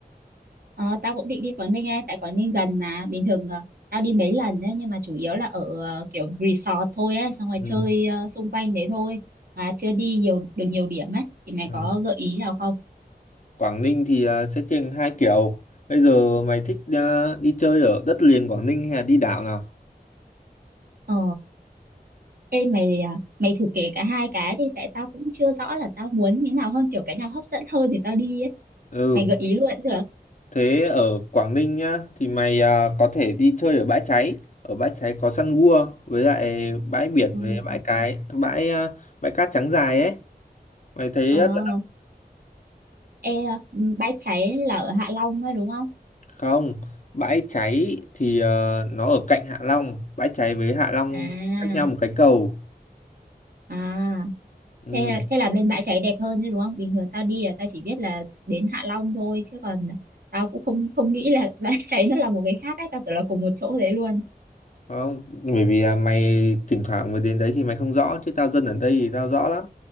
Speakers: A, on the right (about 60°); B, on the left (about 50°).
A: Ờ tao cũng định đi Quảng Ninh ấy Tại Quảng Ninh gần mà Bình thường ờ, tao đi mấy lần ấy Nhưng mà chủ yếu là ở ờ, kiểu resort thôi ấy Xong rồi
B: Ừ.
A: chơi ờ, xung quanh đấy thôi Mà chưa đi nhiều được nhiều điểm ấy Thì mày
B: ừ.
A: có gợi ý nào không
B: Quảng Ninh thì ờ, sẽ trên hai kiểu. Bây giờ mày thích ờ, đi chơi ở đất liền Quảng Ninh hay là đi đảo nào?
A: Ờ Ê mày à, mày thử kể cả hai cái đi Tại tao cũng chưa rõ là tao muốn như nào hơn Kiểu cái nào hấp dẫn hơn thì tao đi ấy
B: Ừ,
A: Mày gợi ý luôn cũng được
B: thế ở Quảng Ninh nhá thì mày ờ, có thể đi chơi ở Bãi Cháy. Ở Bãi Cháy có săn gua với lại bãi biển
A: Ừ.
B: với bãi cái bãi ờ, bãi cát trắng dài ấy. Mày thấy
A: Ờ,
B: rất
A: Ê, ừ, bãi cháy là ở Hạ Long ấy đúng không?
B: Không, bãi cháy thì ờ, nó ở cạnh Hạ Long, bãi cháy với Hạ Long
A: À,
B: Ừ. cách nhau một cái cầu.
A: à,
B: Ừ,
A: thế thế là bên bãi cháy đẹp hơn chứ đúng không? Bình thường tao đi là tao chỉ biết là đến Hạ Long thôi chứ còn tao cũng không không nghĩ là <laughs> bãi cháy nó là một cái khác ấy, tao tưởng là cùng một chỗ đấy luôn.
B: không, bởi vì à, mày thỉnh thoảng mới đến đấy thì mày không rõ chứ tao dân ở đây thì tao rõ lắm.